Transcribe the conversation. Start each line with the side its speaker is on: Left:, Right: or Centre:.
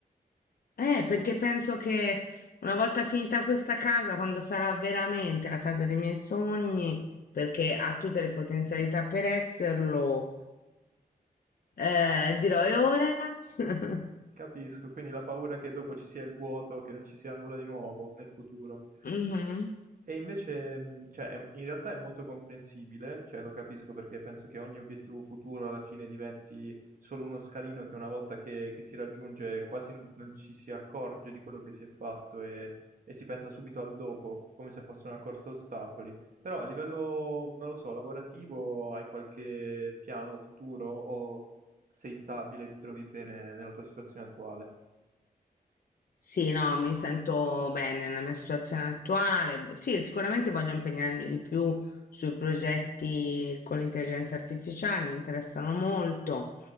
Left: Eh, perché penso che una volta finita questa casa, quando sarà veramente la casa dei miei sogni, perché ha tutte le potenzialità per esserlo, Eh, dirò, e ora? <laughs>
Right: Capisco, quindi la paura che dopo ci sia il vuoto, che non ci sia nulla di nuovo nel futuro.
Left: Mm, mhm.
Right: E, e invece, mh, cioè, è- in realtà è molto comprensibile, cioè lo capisco perché penso che ogni obiettivo futuro alla fine diventi solo uno scalino che una volta che, che si raggiunge quasi non, non ci si accorge di quello che si è fatto e, e si pensa subito al dopo, come se fosse una corsa a ostacoli. Però a livello, non lo so, lavorativo, hai qualche piano futuro o sei stabile, ti trovi bene nella tua situazione attuale.
Left: Sì, no, mi sento bene nella mia situazione attuale. V- Sì, sicuramente voglio impegnarmi di più sui progetti con l'intelligenza artificiale, mi interessano molto,